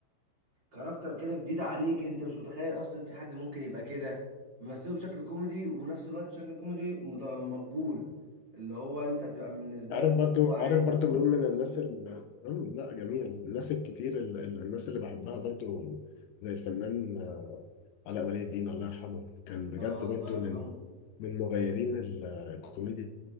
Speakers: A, on the right (about 35°); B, on the left (about 80°).
A: كاركتر كده جديد عليك انت مش متخيل اصلا في حد ممكن يبقى كده ممثله بشكل كوميدي وبنفس الوقت بشكل كوميدي مت- مقبول اللي هو انت تبقى بالنسبه
B: عارف
A: لك
B: برضو
A: اللي هو عادي
B: عارف برضو مين من الناس ال... مم، لا جميل الناس الكتير ال... ال- الناس اللي بحبها برضو زي الفنان علاء ولي الدين الله يرحمه كان بجد
A: اه
B: برضو
A: الله يرحمه
B: من من مغيرين ال- الكوميديا